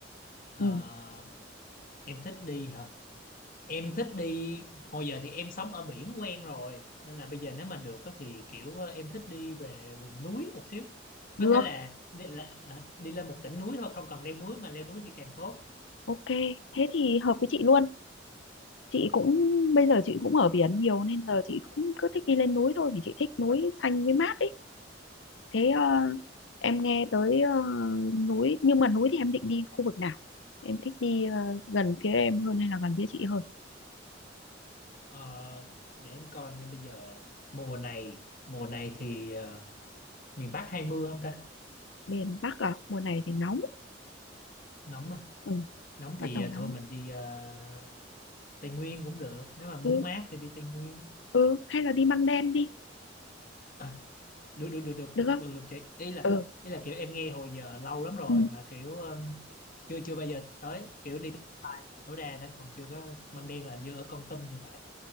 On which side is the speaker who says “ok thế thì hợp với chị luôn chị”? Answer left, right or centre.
Left